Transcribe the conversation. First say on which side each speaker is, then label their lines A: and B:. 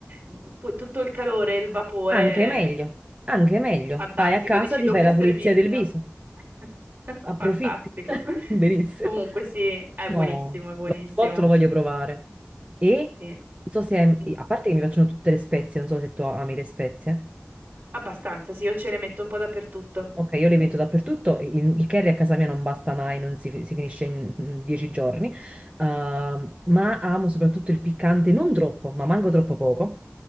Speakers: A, on the right; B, on the right.
A: mm, pu- tutto il calore, il vapore.
B: Anche meglio, anche meglio.
A: Fantastico,
B: Vai a casa,
A: dici
B: ti
A: doppio
B: fai la
A: servizio.
B: pulizia del viso,
A: <laughs>
B: approfitti.
A: Fantastico.
B: <laughs> Benissimo.
A: Comunque sì, è
B: No,
A: buonissimo, è buonissimo.
B: l'hotpot lo voglio provare. E
A: Sì.
B: non so se, hai-
A: Mm,
B: a parte che mi piacciono tutte le spezie, non so se tu ami le spezie.
A: Abbastanza, sì, io ce ne metto un po' dappertutto.
B: Ok, io le metto dappertutto, il, il curry a casa mia non basta mai, non si, si finisce in in 10 giorni, Ehm, ma amo soprattutto il piccante, non troppo, ma manco troppo poco.